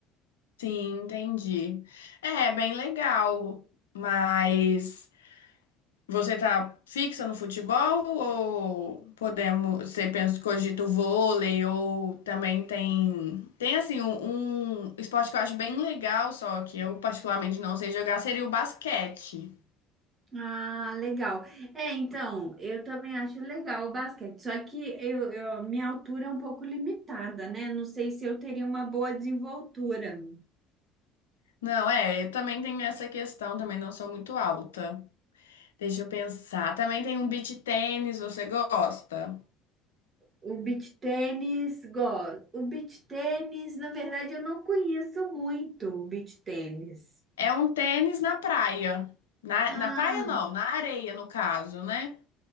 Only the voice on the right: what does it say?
Ah, legal. É, então, eu também acho legal o basquete, só que eu, eu- minha altura é um pouco limitada, né? Não sei se eu teria uma boa desenvoltura.
O beach tênis, gosto. O beach tênis, na verdade, eu não conheço muito o beach tênis.
Ah,